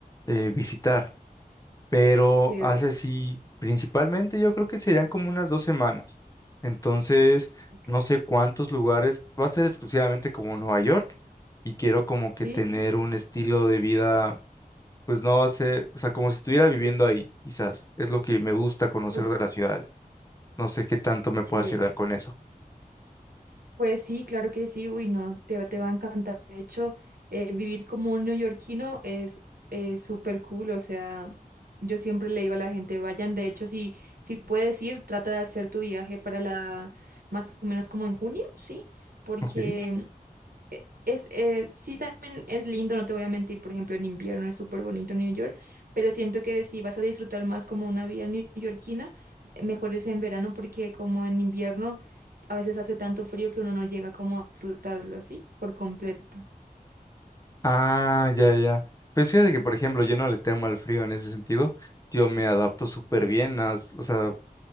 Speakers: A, on the left; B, on the right.
A: eh, visitar pero
B: chévere.
A: hace así, principalmente yo creo que serían como unas dos semanas. Entonces,
B: Ok.
A: no sé cuántos lugares, va a ser exclusivamente como Nueva York y quiero como
B: ¿Sí?
A: que tener un estilo de vida, pues no va a ser, o sea, como si estuviera viviendo ahí, quizás. Es lo que me gusta conocer
B: Uf,
A: de las ciudades. No sé qué tanto me
B: chévere.
A: pueda ayudar con eso.
B: Pues sí, claro que sí, uy, no, te, va- te va a encantar. De hecho, eh, vivir como un neoyorquino es eh, súper cool, o sea, yo siempre le digo a la gente, vayan, de hecho, si, si puedes ir, trata de hacer tu viaje para la, más o menos como en junio, ¿sí? Porque
A: Ok.
B: eh, es, eh, sí también es lindo, no te voy a mentir, por ejemplo, en invierno es súper bonito New York, pero siento que si vas a disfrutar más como una vida neoyorquina, mejor es en verano porque como en invierno a veces hace tanto frío que uno no llega como a disfrutarlo así por completo.
A: Ah, ya, ya. Pues fíjate que, por ejemplo, yo no le temo al frío en ese sentido. Yo me adapto súper bien, as- o sea,